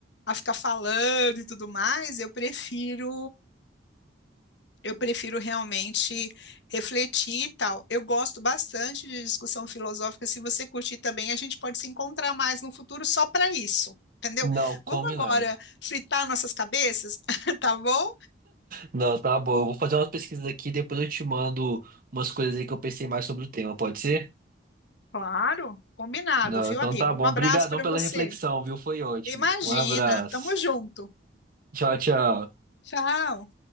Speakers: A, on the left; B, on the right.
A: a ficar falando e tudo mais, eu prefiro Eu prefiro realmente refletir e tal. Eu gosto bastante de discussão filosófica. Se você curtir também, a gente pode se encontrar mais no futuro só para isso, entendeu?
B: Não, combinado.
A: Vamos agora fritar nossas cabeças, <laughs> tá bom?
B: Não, tá bom. Eu vou fazer umas pesquisas aqui, depois eu te mando umas coisas aí que eu pensei mais sobre o tema, pode ser?
A: Claro, combinado,
B: Não,
A: viu,
B: então
A: amigo?
B: tá bom.
A: Um abraço
B: Obrigadão
A: para
B: pela
A: você.
B: reflexão, viu? Foi ótimo.
A: Imagina,
B: Um abraço.
A: tamo junto.
B: Tchau, tchau.
A: Tchau.